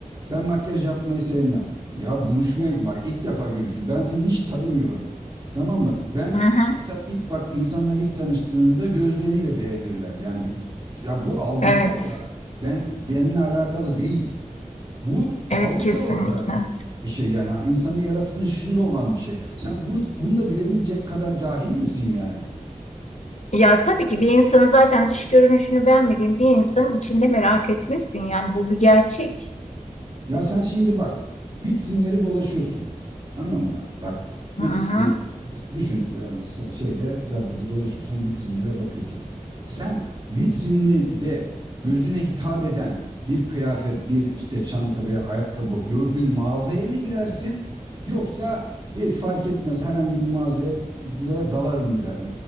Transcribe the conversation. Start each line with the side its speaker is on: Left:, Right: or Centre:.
Right: Ben makyaj yapmayı sevmem. Ya buluşmaya gidiyor. Bak ilk defa görüştük. Ben seni hiç tanımıyorum. Tamam mı? Ben
Left: hı hı.
Right: sen ilk bak insanlar ilk tanıştığında gözleriyle beğenirler. Yani ya bu algısal
Left: Evet,
Right: olarak ben benimle alakalı değil. Bu
Left: evet
Right: algısal
Left: kesinlikle.
Right: olarak bir şey yani insanın yaratılışında olan bir şey. Sen bunu bunu da bilemeyecek kadar cahil misin yani?
Left: Ya tabii ki bir insanın zaten dış görünüşünü beğenmediğin bir insanın içinde merak etmesin. Yani bu bir gerçek.
Right: Ya sen şimdi bak vitrinleri dolaşıyorsun. Tamam mı? Bak vit,
Left: Hı hı.
Right: e, düşün yani sa- şeyde caddede dolaşıyorsun vitrinlere bakıyorsun. Sen vitrininde gözüne hitap eden bir kıyafet, bir işte çanta veya ayakkabı gördüğün mağazaya mı girersin? Yoksa hiç fark etmez herhangi bir mağazaya da dalarım mı da e,